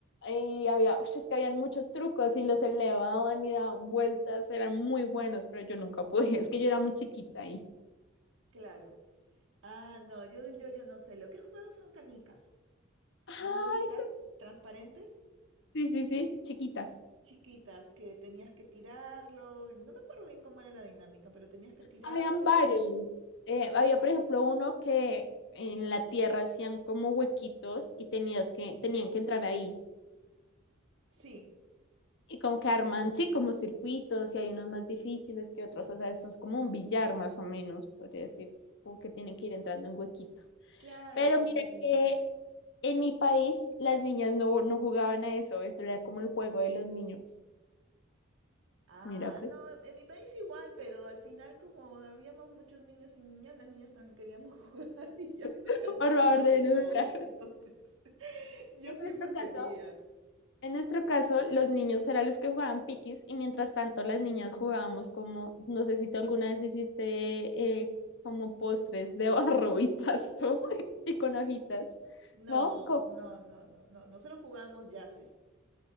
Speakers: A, on the left (about 60°); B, on the right (about 65°).
A: y había, ush, es que habían muchos trucos y los elevaban y daban vueltas, eran muy buenos, pero yo nunca pude, <laughs> es que yo era muy chiquita ahí.
B: Claro. Ah, no, yo del yo-yo no sé. Lo que he jugado son canicas.
A: Ay,
B: Las bolitas transparentes,
A: sí, sí, sí, chiquitas.
B: chiquitas, que tenías que tirarlo. No me acuerdo bien cómo era la dinámica, pero tenías que tirarlo.
A: Habían varios. Eh, había, por ejemplo, uno que en la tierra hacían como huequitos y tenías que, tenían que entrar ahí.
B: Sí,
A: Y como que arman, sí, como circuitos y hay unos más difíciles que otros. O sea, eso es como un billar más o menos, podría decirse. Como que tienen que ir entrando en huequitos.
B: claro,
A: Pero
B: como
A: mira
B: un billar.
A: que en mi país las niñas no, no jugaban a eso. Eso era como el juego de los niños.
B: Ah,
A: Mira, pues,
B: no, en mi país igual, pero al final como habíamos muchos niños y niñas, las niñas también queríamos jugar <laughs> y a mí me
A: <laughs>
B: encantaba
A: por favor,
B: jugar
A: deben
B: de todo,
A: jugar.
B: entonces
A: <laughs>
B: <laughs> yo
A: En
B: siempre
A: nuestro
B: tenía.
A: caso. En nuestro caso, los niños eran los que jugaban piquis y mientras tanto las niñas jugábamos como, no sé si tú alguna vez hiciste eh, como postres de <laughs> barro y pasto <laughs> y con hojitas,
B: No,
A: ¿no? Como,
B: no, no, no, no, nosotros jugábamos yaces,